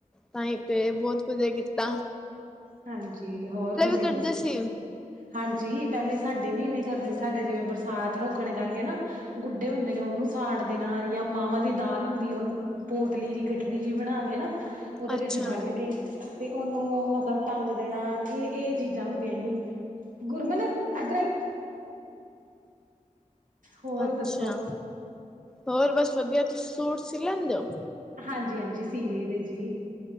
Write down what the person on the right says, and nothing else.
ਹਾਂਜੀ ਹੋਰ ਤੁਸੀਂ
ਦੱਸੋਂ
ਹਾਂਜੀ ਪੈਲੇ ਸਾਡੇ ਵੀ ਇਵੇਂ ਕਰਦੇ ਸਾਡੇ ਜਿਵੇਂ ਬਰਸਾਤ ਰੋਕਣ ਕਰਕੇ ਨਾ ਗੁੱਡੇ ਹੁੰਦੇ ਨੇ ਉਹਨੂੰ ਸਾੜ ਦੇਣਾਂ ਜਾਂ ਮਾਵਾਂ ਦੀ ਦਾਲ਼ ਹੁੰਦੀ ਉਹਨੂੰ ਪੋਟਲੀ ਜਿ ਗਠਰੀ ਜਿਹੀ ਬਣਾ ਕੇ ਨਾ ਉਹਦੇ
ਵਿੱਚ ਬੰਨ੍ਹ ਕੇ ਤੇ ਉਹਨੂੰ ਮਤਲਬ ਟੰਗ ਦੇਣਾਂ ਇਹ ਇਹ ਚੀਜ਼ਾਂ ਹੁੰਦੀਆਂ ਹੀ ਗੁਰਮਨ ਇੱਧਰ ਆਈ ਹੋਰ
ਦੱਸੋ
ਹਾਂਜੀ ਹਾਂਜੀ ਸੀਲੀ ਦੇ ਜੀ